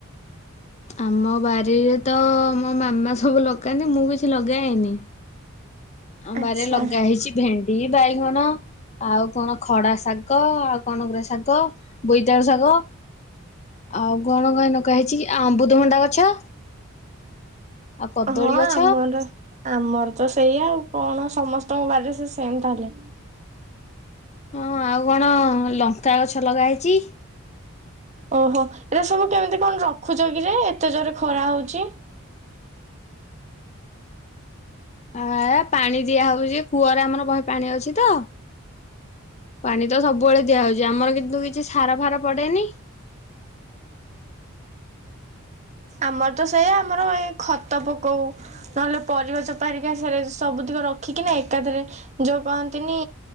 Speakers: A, on the left; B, on the right.
A: ଆମ ବାରିରେ ତ ମୋ ମାମା ସବୁ ଲଗାନ୍ତି ମୁଁ କିଛି ଲଗାଏନି। ଆମବାରିରେ
B: ଆଚ୍ଛା
A: ଲଗା ହେଇଛି ଭେଣ୍ଡି ବାଇଗଣ ଆଉ କଣ ଖଡା ଶାଗ ଆଉ କଣ ଏଗୁରା ଶାଗ ବୋଇତାଳୁ ଶାଗ ଆଉ କଣ କଣ ନଗା ହେଇଛି ଅମୃତଭଣ୍ଡା ଗଛ ଆଉ କଦଳୀ
B: ହଁ
A: ଗଛ
B: ଆମର ଆମର ତ ସେଇଆ ଆଉ କଣ ସମସ୍ତଙ୍କ ବାରିରେ ସେଇ ସେମ ତାହେଲେ।
A: ହଁ ଆଉ କଣ ଲଙ୍କା ଗଛ ଲଗା ହେଇଛି?
B: ଓହୋ ଏଇରା ସବୁ କେମିତି କଣ ରଖୁଛ କିରେ ଏତେ ଜୋରେ ଖରା ହଉଛି?
A: ଆ ପାଣି ଦିଆହଉଛି କୂଅରେ ଆମର ବହେ ପାଣି ଅଛି ତ ପାଣି ତ ସବୁବେଳେ ଦିଆହଉଛି ଆମର କିନ୍ତୁ କିଛି ସାର ଫାର ପଡେନି।
B: ଆମର ତ ସେୟା ଆମର ଏ ଖତ ପକଉ ନହେଲେ ପରିବା ଚୋପା ହେରିକା ସେ ସବୁତକ ରଖିକିନା ଏକାଥରେ ଯୋଉ କହନ୍ତିନି